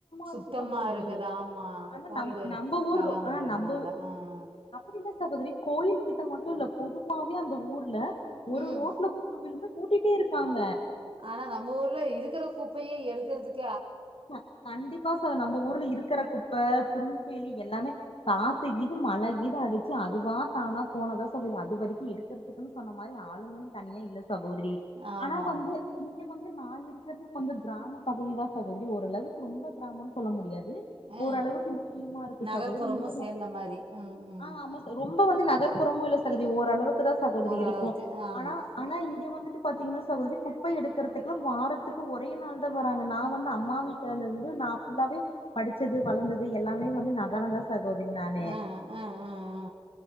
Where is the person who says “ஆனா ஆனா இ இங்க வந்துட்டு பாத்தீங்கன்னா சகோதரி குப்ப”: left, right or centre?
Left